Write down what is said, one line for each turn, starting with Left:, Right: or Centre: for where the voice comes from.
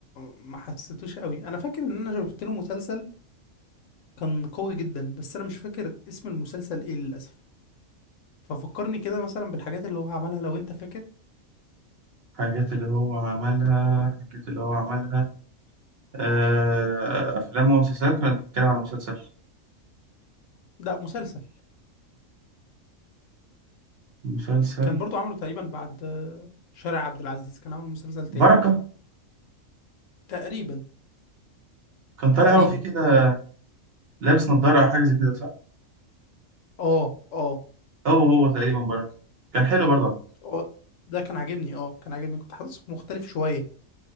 Left: ما حسيتوش قوي انا فاكر ان انا شفت له مسلسل كان قوي جدا بس انا مش فاكر اسم المسلسل ايه للاسف ففكرني كده مثلا بالحاجات اللي هو عملها لو انت فاكر
Right: حاجات اللي هو عملها حاجات اللي هو عملها آه، أفلام ومسلسلات ولا أنت بتتكلم عن مسلسل؟
Left: لا مسلسل
Right: مسلسل
Left: كان برضو عمله تقريبا بعد آه، شارع عبد العزيز كان عامل مسلسل تاني
Right: بركة
Left: تقريبا
Right: كان طالع
Left: تقريبا
Right: هو فيه كده لابس نظارة أو حاجة زي كده صح؟
Left: اه اه
Right: هو هو تقريبا بركة كان حلو برضه على فكرة.
Left: اه ده كان عاجبني اه كان عاجبني كنت حاسس مختلف شويه